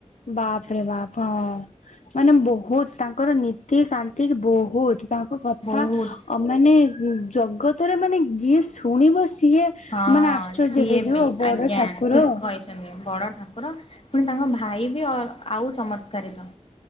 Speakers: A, on the left (about 80°); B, on the left (about 50°).
A: ବାପ ରେ ବାପ ହଁ ମାନେ ବହୁତ ତାଙ୍କର ନୀତିକାନ୍ତି ବହୁତ ତାଙ୍କ କଥା
B: ବହୁତ
A: ମାନେ ଜଗତରେ ମାନେ ଯିଏ ଶୁଣିବ ସିଏ
B: ହଁ
A: ମାନେ ଆଶ୍ଚର୍ଯ୍ୟ
B: ଯିଏ
A: ହେଇଯିବ
B: ବି
A: ବଡ
B: ଆଜ୍ଞା
A: ଠାକୁର
B: ଠିକ କହିଛନ୍ତି ବଡ ଠାକୁର ପୁଣି ତାଙ୍କ ଭାଇ ବି ଅ ଆଉ ଚମତ୍କାରିତ